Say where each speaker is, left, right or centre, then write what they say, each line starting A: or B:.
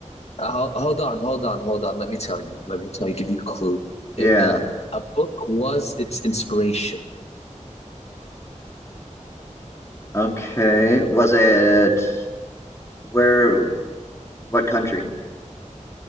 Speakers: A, on the left (about 55°); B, on the left (about 20°).
A: Uh, hold on, hold on, hold on. Let me tell you. Let me tell you. Give you a clue.
B: Yeah.
A: It, uh, a book was its inspiration.
B: Okay. Was it where? What country?